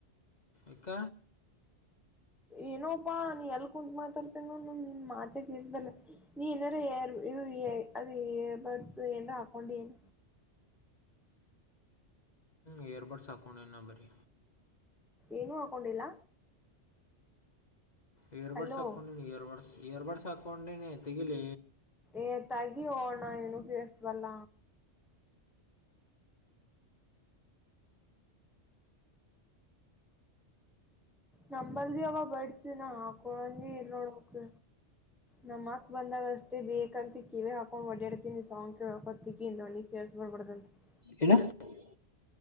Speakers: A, on the left (about 40°); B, in the centre.
A: ಇಕ್ಕ
B: ಏನೋಪ್ಪಾ ನೀ ಎಲ್ ಕುೂತ್ ಮಾತಾಡ್ತೇ ನಿನ್ ಮಾತೆ ದಿಸಬಲ್ಲ ನೀ ಏನಾರ ಯಾರ ಇವು ಅದ ಬರ್ತ ಎ ಹಾಕೊಂಡ ನ್
A: ಎಏಯರ್ಬಡ್ ಸಾಖಣನ್ನ ಬರಿ
B: ಏನುೂ ಹಾಕೊಂಡಿಲ್ಲ
A: ಇಯರ್ಬಡ್ಸ್
B: ಹಲೋ
A: ಆಕ್ಕೊಂಡೇ ಇಯರ್ಬಡ್ಸ್ ಇಯರ್ಬಡ್ಸ್ ಆಾೊಂಡೇನೆ ಎತ್ತಗಿಿಲ್ಲ
B: ಏತಾಗಿ ನ ಏನುಫಸಬಲ್ಲ ನಂಬಲ್ಗ ಅವ ಬಡಿಸಿಿನಾ ಕುಳಂದೆ ಇಲ್ಲೋ ನೋಕ್ ನಮ್ಮ್ ಮಕ್ ಬಂದಾಗ ಅಷ್ಟೇ ಬೇಕಂತ ಕಿವೇ ಹಾಕೊಂಡ್ ಡಾಡ್ತೀಿನಿ ಸಾವಂಗ್ ಕೇಳಕಕ್ಕಿ ಕ ವೇಸ್ಟ್, ಮಾಡಬಾರದಂತೆ? <inaudible>
A: ಏನು? <unintelligible>